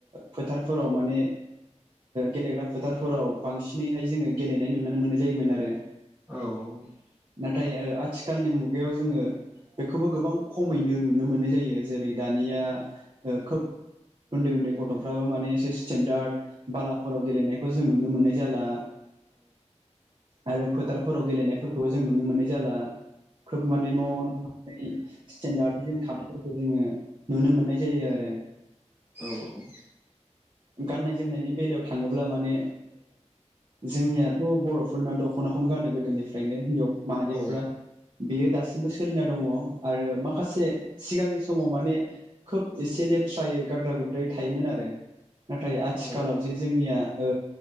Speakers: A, on the right (about 45°); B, on the right (about 20°).
A: फोथारफोराव माने गेलेग्रा फोथारफोराव बांसिनैहाय जोङो गेलेनाय नुनो मोननाय जायोमोन आरो।
B: औ औ
A: नाथाय आथिखालनि मुगायाव जोङो बेखौबो गोबां खमैनो नुनो मोननाय जायो जेरै दानिया खोब उन्दै उन्दै गथ'फ्राबो माने एसे स्टेनडार्ड बालाफोराव गेलेनायखौ जों नुनो मोननाय जाला आरो फोथारफोराव गेलेनायफोरखौ बेखौबो जों नुनो मोननाय जाला खोब माने न'आवनो थांना स्टेडार्द जोंथानाय खौ जोङो नुनो मोननाय जायो आरो
B: औ औ।
A: गाननाय-जोमनायनि बेलायाव थाङोब्ला माने जोंनियाथ' बर'फोरना दख'नाखौनो गानो गोदोनिफ्रायनो हिनजाव माहारि
B: औ
A: बेयो दासिमबो सोलिना दङ आरो माखासे सिगांनि समाव माने खोब एसे लेथ्रायै गाद्रा गुद्रायै थायोमोन आरो। नाथाय आथिखालाव
B: औ
A: जे जोंनिया ओ